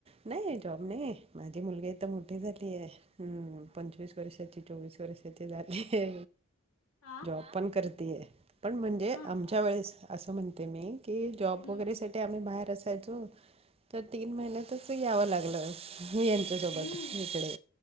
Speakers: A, on the right (about 25°); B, on the left (about 70°).
A: नाही जॉब नाही माझी मुलगी तर मोठी झाली आहे हम् पंचवीस. वस वर्षाची चोवीस वर्षाची झाली
B: आ
A: जॉब पण करतीय. पण म्हणजे
B: हा
A: आमच्या वेळेस असं म्हणते मी की जॉब
B: हम्म
A: वगैरेसाठी. आम्ही बाहेर असायचो. तर तीन महिन्यातच यावं लागलं यांच्यासोबत
B: हम्म
A: इिकडे